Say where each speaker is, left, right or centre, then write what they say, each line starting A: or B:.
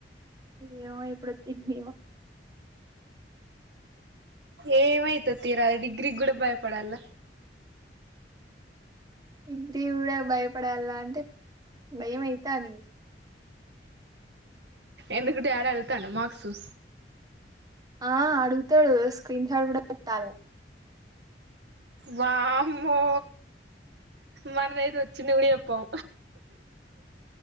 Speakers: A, on the right; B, on the right.
A: ఏమో ఏ ప్పుడుతది ఙ్ఞామో
B: ఏమైతది తీరా డిగ్రీ కూడా భయపడల్ల
A: డిగ్రీ కూడా భయపడాలా అంటే భయం అయితాంది
B: ఎందుకూ డాడ్ అడుగుతండా మార్క్సు
A: ఆ అడుగుతాడు స్క్రీన్ షాట్ కూడా పెట్టాలె
B: వామ్మో మనమైతే వచ్చింది గుడా చెప్పం